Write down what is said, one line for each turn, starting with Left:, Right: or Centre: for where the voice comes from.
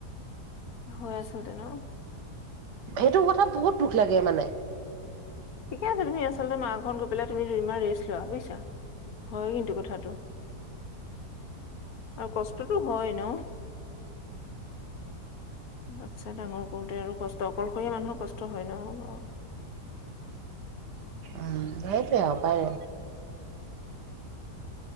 Left: হয় আচলতে ন
Right: এইটো কথাত বহুত দোষ লাগে মানে
Left: ঠিকে আছে, তুমি আচলতে মা ঘৰত গৈ পেলাই তুমি দুদিমান ৰেষ্ট লোৱা বুজিছা হয়, কিন্তু কথাটো। আৰু কষ্টতটো হয় এনেও আচ্ছা ডাঙৰ কৰোঁতে আৰু কষ্ট অকলশৰীয়া মানুহৰ কষ্ট হয় নহয় অ'
Right: অ', সেইটোৱে আৰু পাৰে।